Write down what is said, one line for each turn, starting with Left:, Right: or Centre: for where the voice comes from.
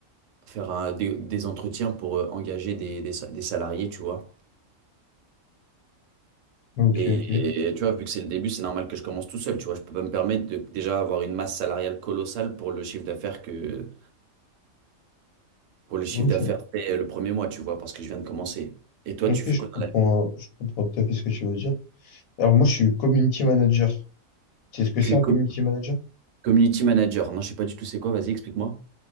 Right: faire un- des, des entretiens pour euh, engager des, des sa- des salariés, tu vois.
Left: Ok,
Right: Et,
Left: ok,
Right: et tu vois, vu que c'est le début, c'est normal que je commence tout seul. Tu vois, je peux pas me permettre de déjà avoir une masse salariale colossale pour le chiffre d'affaires que pour le chiffre
Left: ok.
Right: d'affaires fait euh, le premier mois, tu vois, parce que je viens de commencer. Et toi,
Left: Ok,
Right: tu fais
Left: je
Right: quoi
Left: comprends,
Right: dans la vie?
Left: je comprends tout à fait ce que tu veux dire. Alors, moi, je suis community manager. Tu sais ce que
Right: Tu
Left: c'est
Right: es
Left: un
Right: com-
Left: community manager?
Right: community manager. Non, je sais pas du tout c'est quoi. Vas-y, explique-moi.